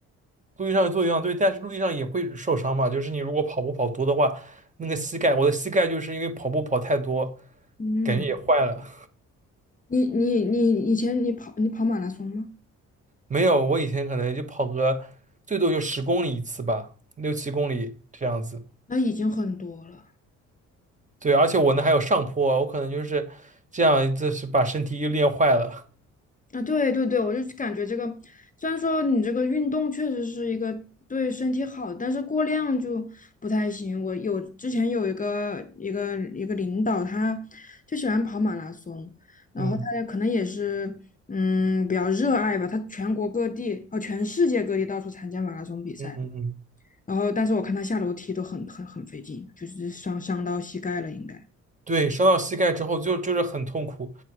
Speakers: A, on the right; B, on the left.
A: 陆地上做有氧对，但是陆地上也会受伤嘛，就是你如果跑步跑多的话，那个膝盖，我的膝盖就是因为跑步跑太多，
B: 嗯，
A: 感觉也坏了。
B: 你你你以前你跑你跑马拉松吗？
A: 没有，我以前可能就跑个最多就十公里一次吧，六七公里这样子。
B: 那已经很多了。
A: 对，而且我那还有上坡，我可能就是这样，就是把身体又练坏了。
B: 啊，对对对，我就感觉这个，虽然说你这个运动确实是一个对身体好，但是过量就不太行。我有之前有一个一个一个领导，他就喜欢跑马拉松，然后他也可能也是嗯比较热爱吧，
A: <laughs> 嗯
B: 他全国各地哦全世界各地到处参加马拉松比赛，
A: 嗯嗯嗯。
B: 然后但是我看他下楼梯都很很很费劲，就是伤伤到膝盖了应该。
A: 对，伤到膝盖之后就就是很痛苦，